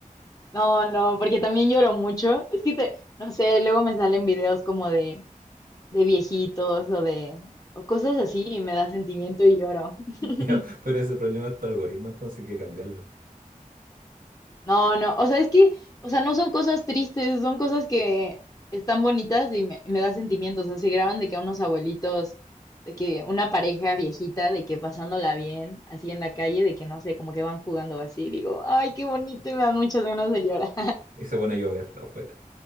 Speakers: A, on the left; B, on the right.
A: No, no, porque también lloro mucho. Es que te, no sé, luego me salen videos como de, de viejitos o de, o cosas así y me da sentimiento y lloro. <laughs>
B: Ya, pero ese problema es tu algoritmo, entonces hay que cambiarlo.
A: No, no, o sea, es que, o sea, no son cosas tristes, son cosas que están bonitas y me, me da sentimientos. O sea, se graban de que a unos abuelitos, de que una pareja viejita, de que pasándola bien, así en la calle, de que no sé, como que van jugando así. Digo, ay, qué bonito y me dan muchas ganas de llorar.
B: Y se pone a llover afuera.